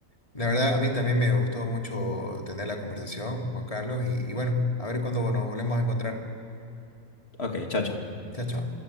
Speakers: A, on the left (about 25°); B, on the left (about 45°).
A: La verdad, a mí también me gustó mucho tener la conversación, Juan Carlos, y, y bueno, a ver cuándo nos volvemos a encontrar.
B: Ok, chao, chao.
A: Chao, chao.